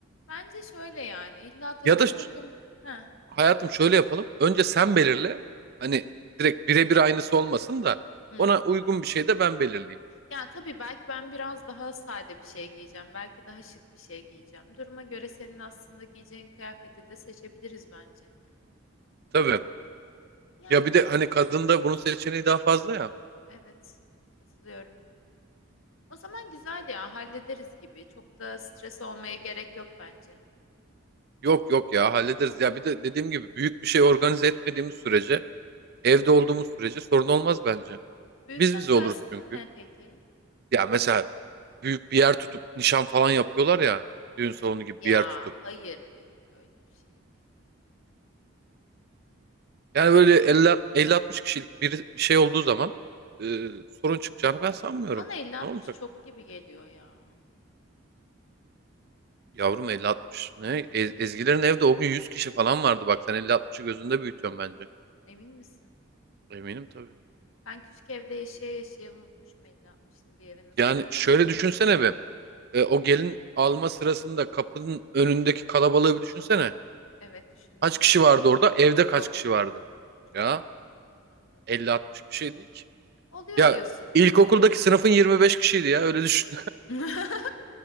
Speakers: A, on the left; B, on the right.
A: Bence şöyle yani illa takım
B: Ya da ş-
A: takım. Ha.
B: hayatım şöyle yapalım. Önce sen belirle. Hani direkt birebir aynısı olmasın da
A: Hmm.
B: ona uygun bir şey de ben belirleyeyim.
A: Ya tabii belki ben biraz daha sade bir şey giyeceğim. Belki daha şık bir şey giyeceğim. Duruma göre senin aslında giyeceğin kıyafeti de seçebiliriz bence.
B: Tabii.
A: Yani
B: Ya bir de hani kadında bunun seçeneği daha fazla ya.
A: Evet, katılıyorum. O zaman güzel ya, hallederiz gibi. Çok da stres olmaya gerek yok bence.
B: Yok yok ya hallederiz. Ya bir de dediğim gibi büyük bir şey organize etmediğimiz sürece, evde olduğumuz sürece sorun olmaz bence.
A: Büyükten
B: Biz bize
A: kastın
B: oluruz çünkü.
A: ne peki?
B: Ya mesela büyük bir yer tutup nişan falan yapıyorlar ya. Düğün salonu gibi
A: Ya
B: bir yer tutup.
A: hayır hayır öyle bir şey değil. Mm. mm.
B: Yani böyle 50, 50-60 kişilik bir, bir şey olduğu zaman e, sorun çıkacağını ben sanmıyorum.
A: Bana 50-60
B: Ne olacak?
A: çok gibi geliyor ya.
B: Yavrum 50-60 ne? Ez- Ezgilerin evde o gün 100 kişi falan vardı. Bak sen 50-60'ı gözünde büyütüyorsun bence.
A: Emin misin?
B: Eminim tabii.
A: Ben küçük evde yaşaya yaşaya unutmuşum 50-60'ın bir eve nasıl
B: Yani
A: sığacağını.
B: şöyle düşünsene
A: <laughs>
B: be. E, o gelin alma sırasında kapının önündeki kalabalığı bir düşünsene.
A: Evet düşündüm.
B: Kaç kişi vardı orada? Evde
A: Çok
B: kaç kişi vardı?
A: çok
B: Ya
A: anladım.
B: elli altmış bir şey değil ki.
A: Oluyor
B: Ya
A: diyorsun.
B: ilkokuldaki sınıfın 25 kişiydi ya öyle düşün.
A: <laughs>